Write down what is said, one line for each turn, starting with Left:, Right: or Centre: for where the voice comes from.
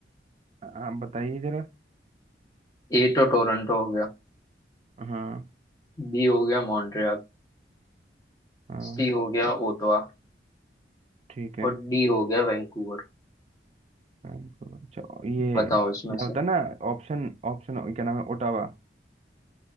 Right: आप बताइए जरा
Left: ए तो टोरंटो हो गया
Right: हाँ
Left: बी हो गया मॉन्ट्रियल
Right: हाँ
Left: सी हो गया ओटावा
Right: ठीक है
Left: और डी हो गया वैंकूवर
Right: फ्रैंकफर्ट, अच्छा ये
Left: बताओ इसमें
Right: क्या
Left: से
Right: होता है ना ऑप्शन ऑप्शन क्या नाम है ओटावा